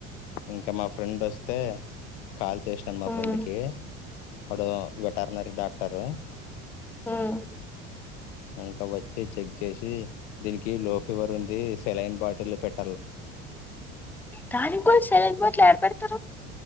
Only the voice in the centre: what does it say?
మ్మ్
ఉం
దానికి కూడా సెలైన్ బాటిల్ ఎడ పేడతారు